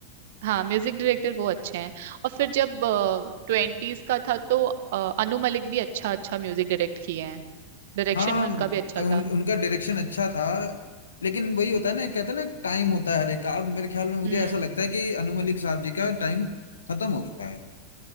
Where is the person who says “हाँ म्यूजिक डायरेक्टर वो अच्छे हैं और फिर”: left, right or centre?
Right